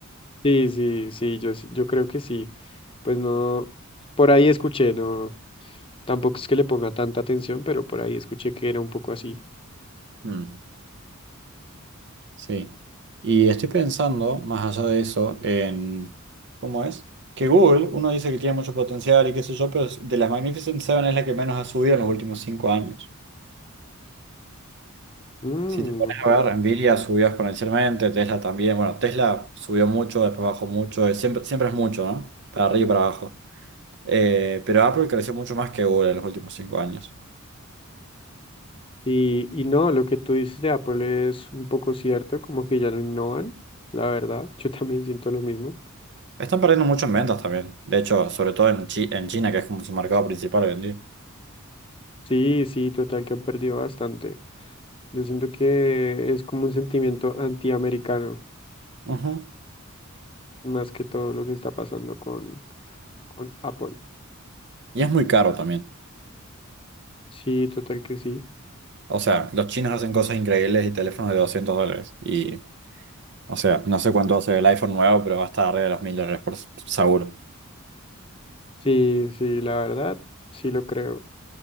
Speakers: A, on the left; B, on the right.
A: Sí, sí, sí, yo, sí- yo creo que sí. Pues no, por ahí escuché, no, tampoco es que le ponga tanta atención, pero por ahí escuché que era un poco así.
B: Mm, sí. Y estoy pensando, más allá de eso, en cómo es que Google, uno dice que tiene mucho potencial y qué sé yo, pero de las Magnificent Seven es la que menos ha subido en los últimos cinco años.
A: Mm,
B: Si te pones
A: ok,
B: a ver, Nvidia subió exponencialmente, Tesla también. Bueno, Tesla subió mucho, después bajó mucho, eh, siempre, siempre es mucho, ¿no? Para arriba y para abajo. Eh, pero Apple creció mucho más que Google en los últimos cinco años.
A: Y, y no, lo que tú dices de Apple es un poco cierto, como que ya no innovan, la verdad. <laughs> Yo también siento lo mismo.
B: Están perdiendo mucho en ventas también. De hecho, sobre todo en, Chi- en China, que es como su mercado principal hoy en día.
A: Sí, sí, total, que han perdido bastante. Yo siento que es como un sentimiento antiamericano,
B: Ujú.
A: más que todo lo que está pasando con, con Apple.
B: Y es muy caro también.
A: Sí, total que sí.
B: O sea, los chinos hacen cosas increíbles y teléfonos de 200 dólares. Y, o sea, no sé cuánto va a ser el iPhone nuevo, pero va a estar arriba de los 1000 dólares por seguro.
A: Sí, sí, la verdad, sí lo creo.